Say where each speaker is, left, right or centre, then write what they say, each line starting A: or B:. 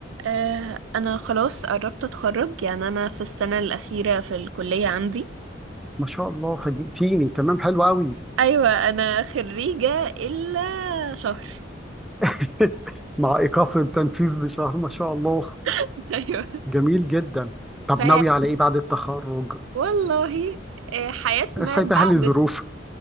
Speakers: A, on the right (about 85°); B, in the centre.
A: آه، انا خلاص قربت اتخرج يعني انا في السنة الأخيرة في الكلية عندي
B: ما شاء الله فاجئتيني تمام حلو قوي
A: ايوه انا خريجة الا شهر
B: <laughs> مع ايقاف التنفيذ بشهر ما شاء الله
A: <laughs> ايوه
B: جميل جدا طب
A: ف
B: ناوي على ايه بعد التخرج
A: والله آه، حياة ما
B: سايبها
A: بعد
B: لظروف